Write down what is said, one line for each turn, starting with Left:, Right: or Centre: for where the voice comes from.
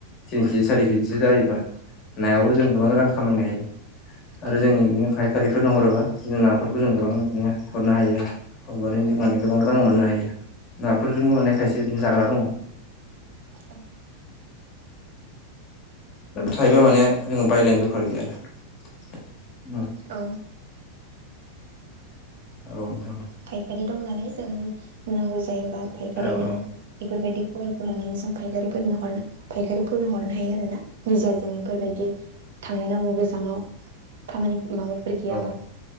Left: तिन किजि सारि किजिसो जायोबा नायावबो जों गोबां रां खामायनो हायो आरो
Right: औ
Left: जों बेनिफ्राय फा खारिफोरनो हरोबा बिदिनो नाफोरखौ जों गोबां बिदिनो हरनो हायो आरो हरगानानै
Right: औ
Left: जों माने गोबां रां मोननो हायो नाफोरजोंबो माने खायसे इदिनो जाग्रा दङ
Right: अ
Left: थायोबा माने बायलायनो दरखार गैया आरो
Right: औ
Left: औ नोंथां
Right: फायखारि दं नालाय जोंङो नांगौ जायोबा फायखारिनो
Left: औ
Right: इफोरबायदि खलफोर लानानै जों फायखारिफोरनो हरनो फायखारिफोरनो हरनो हायो आरो ना निजा जों फोरबायदि बिदि थांलायनांगौ गोजानाव खामानि माबाफोर गैयाबा
Left: औ